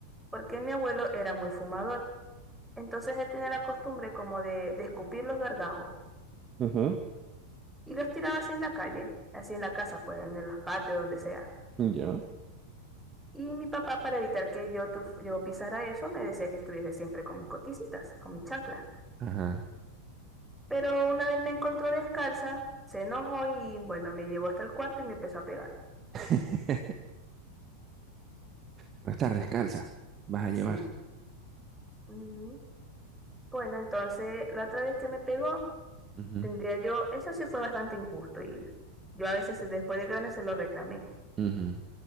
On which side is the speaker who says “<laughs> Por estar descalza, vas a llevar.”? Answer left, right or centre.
Right